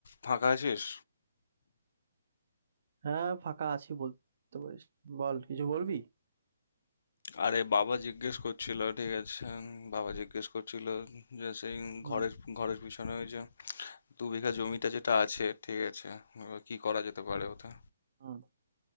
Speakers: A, on the left (about 55°); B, on the right (about 50°).
A: ফাঁকা আছিস?
B: হ্যাঁ, ফাঁকা আছি বলতে পারিস। বল কিছু বলবি?
A: আরে বাবা জিজ্ঞেস করছিল ঠিক আছে বাবা জিজ্ঞেস করছিল যে সেই
B: হুম,
A: ঘরের ঘরের পিছনে ওই যে দু বিঘা জমিটা যেটা আছে ঠিক আছে এবার কি করা যেতে পারে ওটা
B: হুম।